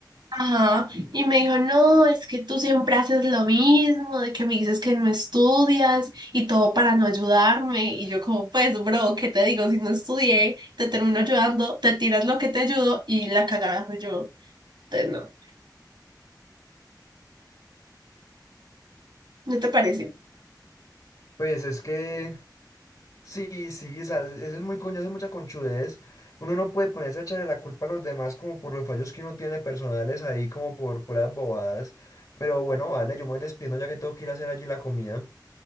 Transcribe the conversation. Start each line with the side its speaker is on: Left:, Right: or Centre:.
Right: Ajá, y me dijo, no, es que tú siempre haces lo mismo, de que me dices que no estudias y todo para no ayudarme. Y yo como, pues, bro, ¿qué te digo? Si no estudié, te termino ayudando, te tiras lo que te ayudo y la cagada soy yo. Entonces, no, ¿no te parece?
Left: Pues es que, Sí, sí, o sea, eso es muy coño, eso es mucha conchudez. Uno no puede ponerse a echarle la culpa a los demás como por los fallos que uno tiene personales ahí, como por puras bobadas. Pero bueno, vale, yo me voy despidiendo ya que tengo que ir a hacer allí la comida.